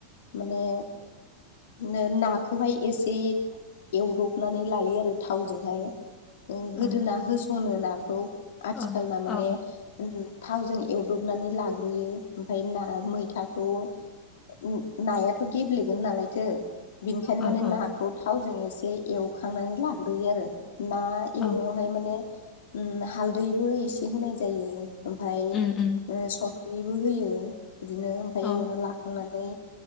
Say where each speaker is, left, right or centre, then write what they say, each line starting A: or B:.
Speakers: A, on the left; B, on the left.
A: माने। नो नाखौहाय एसे एवद'बनानै लायो आरो थावजोंहाय ओ
B: औ
A: गोदोना होस'नो नाखौ आथिखालना
B: औ
A: माने।
B: औ
A: थावजों एवदबनानै लाग्रोयो ओमफ्राय ना मैथाखौ ओम नायाथ' गेब्लेगोन नालायथो बिनिखायनो
B: औ
A: माने
B: औ
A: नाखौ थाव जों एसे एवखांनानै लाग्रोयो आरो ना एवनायावहाय
B: औ
A: माने ओम हालदैबो इसे होनाय जायो ओमफाय
B: उम उम
A: ओ संख ख्रिबो होयो बिदिनो ओमफाय
B: औ
A: एवना लाखांनानै